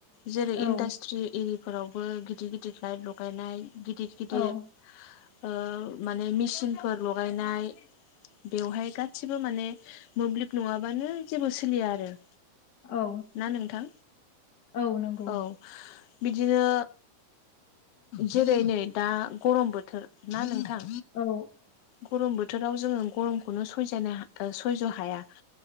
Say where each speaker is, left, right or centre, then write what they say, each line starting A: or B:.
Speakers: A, on the left; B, on the left.
A: जेरै
B: औ
A: इन्डासट्रि एरिफोरावबो गिदिर गिदिर लाइट लगायनाय गिदिर गिदिर
B: औ
A: ओ माने मेसिनफोर लगायनाय बेवहाय गा गासिबो माने मोब्लिब नङाबानो जेबो सोलिया आरो।
B: औ
A: ना नोंथां
B: औ नंगौ
A: औ। बिदिनो जेरै नै दा गरम बोथोर ना नोंथां
B: औ औ
A: गरम बोथोराव जोङो गरमखौनो स यजानो सयजनो हाया।